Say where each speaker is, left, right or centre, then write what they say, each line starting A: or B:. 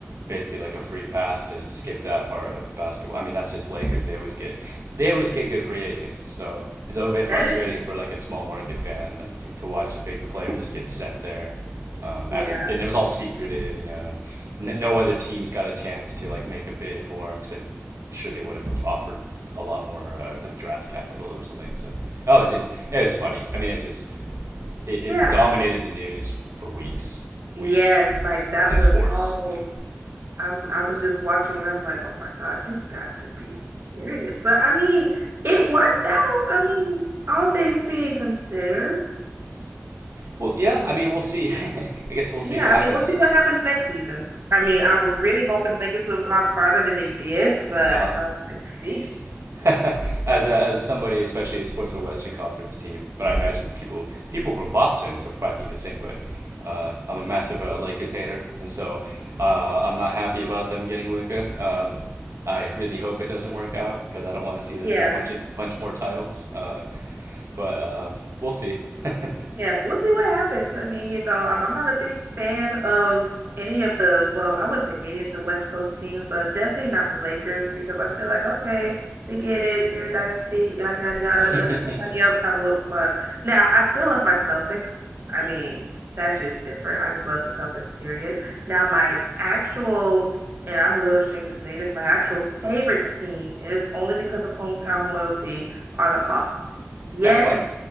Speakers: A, on the right; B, on the right.
A: basically like a free pass to skip that part of basketball. I mean, that's just Lakers. They always get they always get good free agents. So it's a little bit frustrating
B: that is true.
A: for like a small market fan like to watch a big player just get sent there. Um,
B: Yeah.
A: at an, and it was all secretive, you know. And, no other teams got a chance to like make a bid for him because they sure they would have offered a lot more uh, like draft capital or something. So oh, it was in, it was funny. I mean, it was just it, it
B: Yeah.
A: dominated
B: I-
A: the news for weeks,
B: Yes,
A: weeks
B: like that
A: in
B: was
A: sports.
B: all
A: Yeah.
B: I'm I was just watching and I'm like, oh my God, you have got to be serious. But I mean, it worked out. I mean, all things being considered.
A: Well, yeah. I mean, we'll see. <laughs> I guess we'll see
B: Yeah,
A: what
B: I
A: happens.
B: mean, we'll see what happens next season. I mean,
A: Yeah.
B: I was really hoping the Lakers would have gone farther than they did, but
A: Uh huh.
B: I was like, sheesh.
A: <laughs> as a, as somebody, especially who supports a Western Conference team, but I imagine people people from Boston and stuff probably think the same. But uh, I'm a massive uh, Lakers hater, and so uh, I'm not happy about them getting Luca. Um, I really hope it doesn't work out because I don't want to see them
B: Yeah.
A: get a bunch of bunch more titles. Uh, but um, we'll see. <laughs>
B: Yeah, we'll see what happens. I mean, you know, I'm, I'm not a big fan of any of the, well, I wouldn't say any of the West Coast teams, but definitely not the Lakers because I feel like, okay, we get it. You're a dynasty, yada, yada, yada.
A: hmm
B: Let, let somebody else have a little fun. Now, I still love my Celtics. I mean, that's just different. I just love the Celtics, period. Now, my actual, and I'm a little ashamed to say this, my actual favorite team, and it's only because of hometown loyalty, are the Hawks. Yes,
A: That's fine.